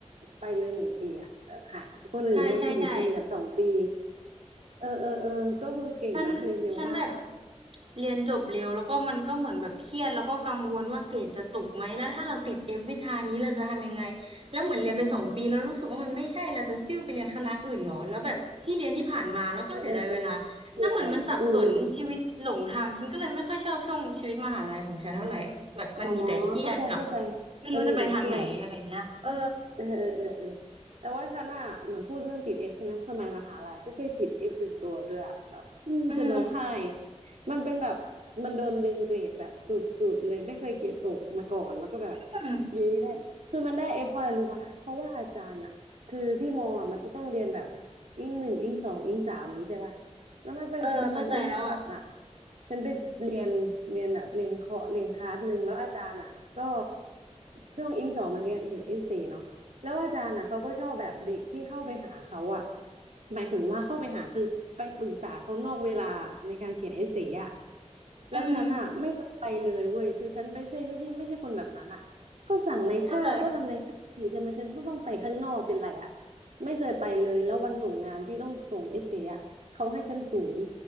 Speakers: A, on the right (about 85°); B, on the right (about 55°).
A: ไปเลยหนึ่งปีอ่ะแบบหายคนอื่นเขาสี่ปีกับสองปี
B: ใช่ใช่ใช่
A: เออเออเออก็คือเก่งนะเรียนเร็วมากอ่ะ
B: ฉันฉันแบบเรียนจบเร็วแล้วก็มันก็เหมือนแบบเครียดแล้วก็กังวลว่าเกรดจะตกไหมแล้วถ้าเราติดเอฟวิชานี้เราจะทำยังไงแล้วเหมือนเรียนไปสองปีแล้วรู้สึกว่ามันไม่ใช่เราจะซิ่วไปเรียนคณะอื่นเหรอแล้วแบบที่เรียนที่ผ่านมาแล้วก็เสียดายเวลา
A: เออเออเออคืออะไรอืมอืมอม
B: แล้วเหมือนมันสับสนชีวิตหลงทางฉันก็เลยไม่ค่อยชอบช่วงชีวิตมหาลัยของฉันเท่าไหร่แบบมันมีแต่เครียดกับ
A: อ๋อเข้าใจเข้าใจ
B: ไม่รู้จะไปทางไหนอะไรเงี้ยเออ
A: มันมีแต่เครียด เออเออเออเออแต่ว่าฉันอ่ะเหมือนพูดเรื่องติดเอฟใช่ไหมสมัยมหาลัยจะเคยติดเอฟหนึ่งตัวด้วยอ่ะแบบอืมจนร้องไห้
B: อืม
A: มันเป็นแบบมันโดนดึงเกรดแบบสุดๆเลยไม่เคยเกรดตกมาก่อนแล้วก็แบบ
B: อืม
A: อยู่ดีได้คือมันได้เอฟเพราะอะไรรู้ป่ะเพราะว่าอาจารย์อ่ะคือที่มออ่ะมันจะต้องเรียนแบบอิงหนึ่งอิงสองอิงสามอย่างนี้ใช่ป่ะแล้วมันไปประมาณอิงสองอ่ะ
B: เออเข้าใจแล้วอ่ะ
A: ฉันไปเรียนเรียนแบบเรียนเคาะเรียนคลาสหนึ่งแล้วอาจารย์อ่ะก็ช่วงอิงสองมันเรียนเขียนเอเซเนาะ แล้วอาจารย์อ่ะเขาก็ชอบแบบเด็กที่เข้าไปหาเขาอ่ะหมายถึงว่าเข้าไปหาคือไปปรึกษาเขานอกเวลาในการเขียนเอเซ่อ่ะแล้วฉันอ่ะไม่เคยไปเลยเว้ยคือฉันไม่ใช่ไม่ใช่ไม่ใช่คนแบบนั้นอ่ะก็สั่งในคาบก็ทำในคาบสิทำไมฉันต้องต้องไปข้างนอกเป็นไรอ่ะ
B: อืมเข้าใจ
A: ไม่เคยไปเลยแล้ววันส่งงานที่ต้องส่งเอเซ่อ่ะเขาให้ฉันศูนย์